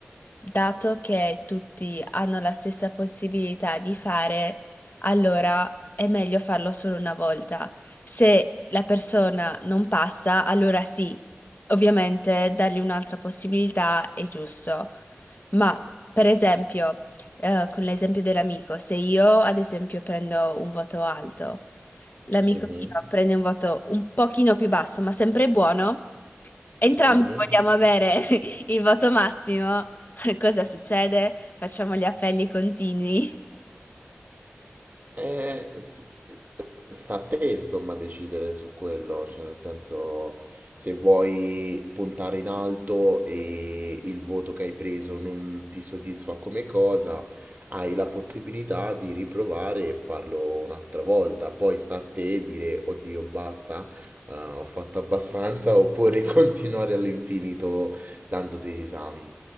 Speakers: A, on the left (about 45°); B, on the right (about 40°).
A: dato che tutti hanno la stessa possibilità di fare, allora è meglio farlo solo una volta. Se la persona non passa, allora sì, ovviamente dargli un'altra possibilità è giusto. Ma, per esempio, eh, con l'esempio dell'amico, se io, ad esempio, prendo un voto alto, L'amico
B: Mhm,
A: mio prende un voto un pochino più basso, ma sempre buono. Entrambi
B: mhm.
A: vogliamo avere <laughs> il voto massimo. <laughs> Cosa succede? Facciamo gli appelli continui.
B: Eh, s- sta a te, insomma, decidere su quello, cioè nel senso se vuoi puntare in alto e il voto che hai preso non ti soddisfa come cosa, hai la possibilità di riprovare e farlo un'altra volta. Poi sta a te dire, oddio, basta, eh, ho fatto abbastanza, oppure <laughs> continuare all'infinito dando degli esami.